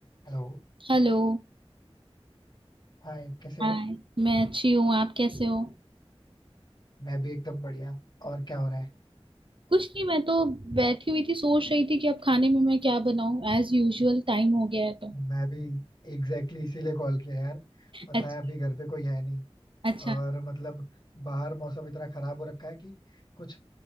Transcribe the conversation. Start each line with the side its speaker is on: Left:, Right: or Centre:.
Left: Hello
Right: Hello
Left: Hi कैसे हो
Right: Hi मैं अच्छी हूँ आप कैसे हो
Left: मैं भी एकदम बढ़िया और क्या हो रहा है
Right: कुछ नहीं मैं तो बैठी हुई थी सोच रही थी कि अब खाने में मैं क्या बनाऊं एज यूजुअल टाइम हो गया है तो
Left: मैं
Right: <laughs>
Left: भी एग्जैक्टली exactly इसीलिए कॉल किया यार पता
Right: अच्छा
Left: है अभी घर पे कोई है नहीं
Right: अच्छा
Left: और मतलब बाहर मौसम इतना खराब हो रखा है कि कुछ